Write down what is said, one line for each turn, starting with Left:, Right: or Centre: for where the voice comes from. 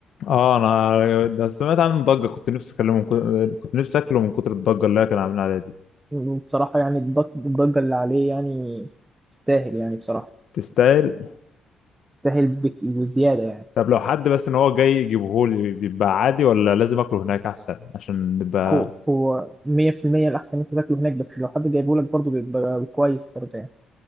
Left: اه انا ده سمعت عنه ضجه كنت نفسي اكلمه من كت- كنت نفسي اكله من كتر الضجه اللي هي كانوا عاملين عليها دي
Right: وبصراحة يعني الضج- الضجة اللي عليه يعني تستاهل يعني بصراحة
Left: تستاهل
Right: يستاهل بك وزيادة يعني
Left: طب لو حد بس ان هو جاي يجيبه لي بيبقى عادي ولا لازم اكله هناك احسن عشان نبقى
Right: هو هو 100% الأحسن إن أنت تاكله هناك بس لو حد جايبه لك برضه بيبقى كويس برضه يعني